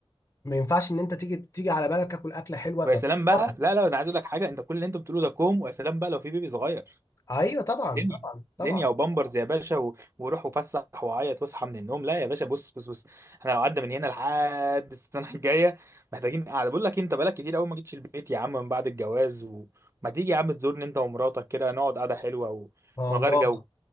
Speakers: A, on the left; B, on the right.
A: ما ينفعش إن أنت تيجي تيجي على بالك تاكل أكلة حلوة
B: ويا
A: طب
B: سلام بقى
A: مراتك.
B: لا لا أنا عايز أقول لك حاجة أنت كل اللي أنت بتقوله ده كوم ويا سلام بقى لو في بيبي صغير
A: أيوه طبعا
B: دنيا
A: طبعا طبعا
B: دنيا وبامبرز يا باشا و... وروح وفسح وعيط واصحى من النوم لا يا باشا بص بص بص احنا لو قعدنا من هنا لحد السنه <laughs> الجايه محتاجين قاعده بقول لك إيه، انت بقالك كتير قوي ما جيتش البيت يا عم من بعد الجواز وما تيجي يا عم تزورني انت ومراتك كده نقعد قعده حلوه و...
A: خلاص
B: ومن غير جو